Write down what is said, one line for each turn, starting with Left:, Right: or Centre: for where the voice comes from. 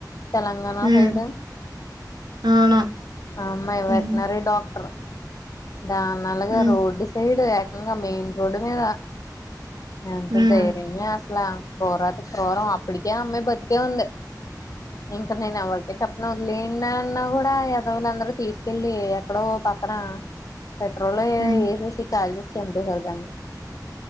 Left: తెలంగాణ
Right: హ్మ్.
Left: సైడు
Right: అవును.
Left: ఆ అమ్మాయ్
Right: హ్మ్.
Left: వెట్నరీ డాక్టర్ దాన్ని అలగా
Right: హ్మ్.
Left: రోడ్డు సైడ్ ఏకంగా మెయిన్ రోడ్డు మీద ఎంత
Right: హ్మ్.
Left: ధైర్యమే అసలా క్రోరాత క్రూరం అప్పటికే అమ్మాయి బతికే ఉంది ఇంక నేను ఎవరికి చెప్పను వదిలేయండి అని అన్నా కూడా ఎదవులు అందరు తీసుకెళ్ళి ఎక్కడో పక్కనా పెట్రోల్ ఏ
Right: హ్మ్.
Left: వేసేసి కాల్చేసి చంపేసారు దాన్ని